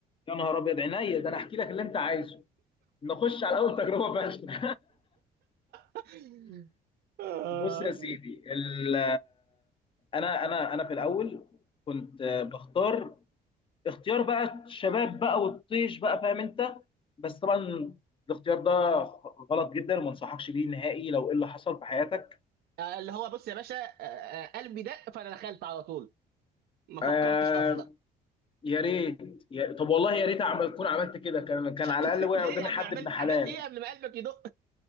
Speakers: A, on the left (about 30°); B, on the right (about 70°).
A: يا نهار ابيض عينيا ده انا احكي لك اللي انت عايزه نخش على اول تجربه فاشله
B: <laughs> آه.
A: <laughs> بص يا سيدي ال- انا انا انا في الاول كنت بختار اختيار بقى الشباب بقى والطيش بقى فاهم انت بس طبعا الاختيار ده غلط جدا وما انصحكش بيه نهائي لو ايه اللي حصل في حياتك
B: آه، اللي هو بص يا باشا آه، آه، قلبي دق فانا دخلت على طول ما فكرتش
A: آه
B: اصلا
A: يا ريت يا طب والله يا ريت اعمل تكون عملت كده كان كان على
B: <laughs>
A: الاقل وقع
B: ليه
A: قدامي
B: يا عم
A: حد
B: عملت
A: ابن حلال
B: عملت ايه قبل ما قلبك يدق